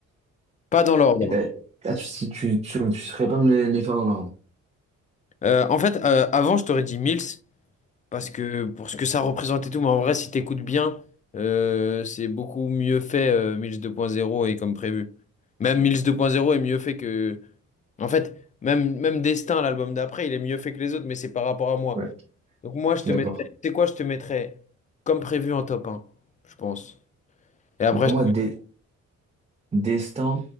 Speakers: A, on the left (about 25°); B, on the right (about 20°).
A: Pas dans l'ordre.
B: Et t'as-
A: hein.
B: ah, tu, si tu, tu, tu saurais pas me les, les faire dans l'ordre.
A: Euh, en fait, euh, avant, je t'aurais dit Mills, parce que pour ce que ça représente et tout, mais en vrai, si t'écoutes bien, euh, c'est beaucoup mieux fait, euh, Mills 2.0 et comme prévu. Même Mills 2.0 est mieux fait que... En fait, même, même Destin, l'album d'après, il est mieux fait que les autres, mais c'est par rapport à moi.
B: Ouais.
A: Donc moi,
B: C'est
A: je te
B: d'accord.
A: mettrais, tu sais quoi, je te mettrais comme prévu en top un, je pense. Et après,
B: Mais pour
A: je
B: moi, Dé- Destin,